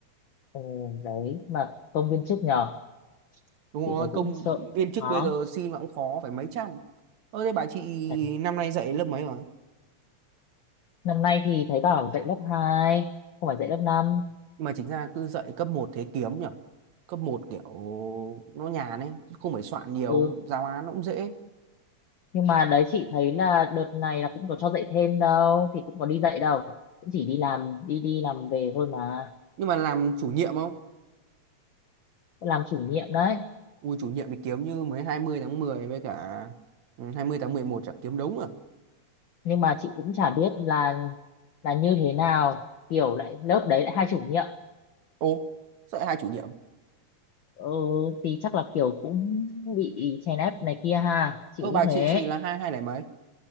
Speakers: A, on the left; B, on the right.
A: Ừ, đấy mà công viên trước nhờ
B: đúng rồi
A: chị thấy
B: công
A: cũng sợ
B: viên
A: cũng
B: chức
A: khó.
B: bây giờ xin mà cũng khó phải mấy trăm ơ thế bà chị
A: Đấy.
B: năm nay dạy lớp mấy rồi
A: Năm nay thì thấy bảo dạy lớp hai không phải dạy lớp 5.
B: mà chính ra cứ dạy cấp một thế kiếm nhỉ cấp một kiểu nó nhàn ấy chứ không phải soạn nhiều
A: Ừ,
B: giáo án nó cũng dễ
A: nhưng mà đấy chị thấy là đợt này là cũng có cho dạy thêm đâu, thì cũng có đi dạy đâu, cũng chỉ đi làm đi đi làm về thôi mà,
B: nhưng mà làm chủ nhiệm không
A: Cũng làm chủ nhiệm đấy.
B: ui chủ nhiệm thì kiếm như mấy 20 tháng 10 với cả ừ, 20 tháng 11 chả kiếm đống à
A: nhưng mà chị cũng chả biết là là như thế nào kiểu lại lớp đấy lại hai chủ nhiệm
B: ô sợ hai chủ nhiệm
A: ừ, thì chắc là kiểu cũng bị chèn ép này kia ha chị
B: ơ
A: nghĩ
B: bà chị
A: thế
B: chị là hai hai này mấy